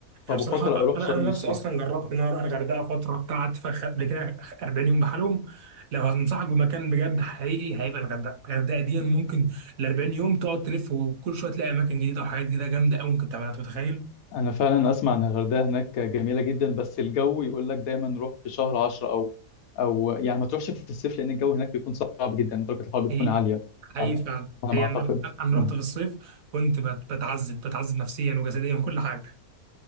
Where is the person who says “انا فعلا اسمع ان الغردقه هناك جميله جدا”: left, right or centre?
Left